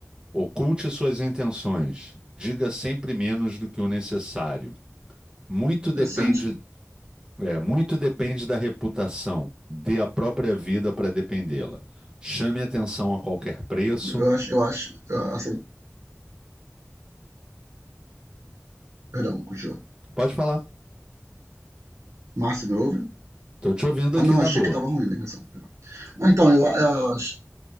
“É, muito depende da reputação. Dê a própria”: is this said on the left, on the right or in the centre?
Right